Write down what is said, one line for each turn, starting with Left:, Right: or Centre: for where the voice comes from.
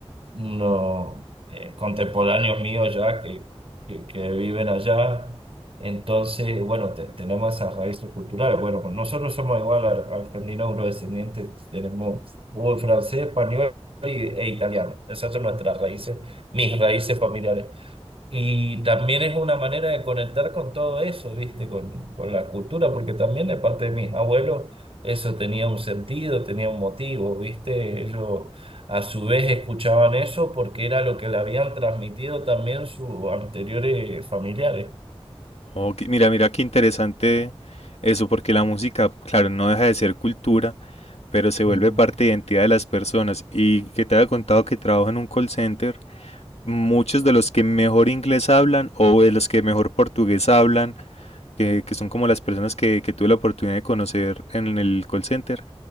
Right: unos eh, contemporáneos míos ya que, que, que viven allá. Entonces, bueno, te- tenemos esas raíces culturales. Bueno, pues nosotros somos igual ar- argentinos eurodescendientes, tenemos uh, francés, español y- e italiano. Esas son nuestras raíces, mis raíces familiares. Y también es una manera de conectar con todo eso, ¿viste? Con, con la cultura, porque también de parte de mis abuelos eso tenía un sentido, tenía un motivo, ¿viste? Ellos a su vez escuchaban eso porque era lo que le habían transmitido también sus anteriores familiares.
Left: Oh, mira, mira qué interesante eso, porque la música, claro, no deja de ser cultura, pero se
Right: Mm,
Left: vuelve parte de identidad de las personas. Y que te había contado que trabajo en un call center, muchos de los que mejor inglés hablan o de los que mejor portugués hablan, que, que son como las personas que, que tuve la oportunidad de conocer en el call center,